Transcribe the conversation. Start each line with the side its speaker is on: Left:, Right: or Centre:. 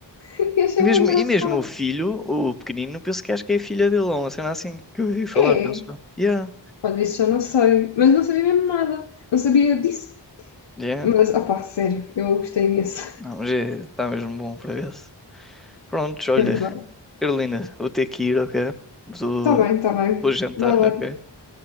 Left: E achei
Centre: E mesmo,
Left: bem engraçado.
Centre: e mesmo o filho, o pequenino, penso que acho que é a filha dele, ou uma cena assim, que eu ouvi falar,
Left: É,
Centre: penso. eu. Yeah,
Left: Olha, isso eu não sei, mas não sabia mesmo nada, não sabia disso.
Centre: yeah.
Left: Mas, opá, sério, eu gostei imenso,
Centre: Não, mas é, está mesmo bom por acaso. Prontos, olha,
Left: <laughs> é verdade.
Centre: Carolina, vou ter que ir, ok? Vou,
Left: Tá bem, tá bem,
Centre: vou jantar,
Left: vai lá,
Centre: ok?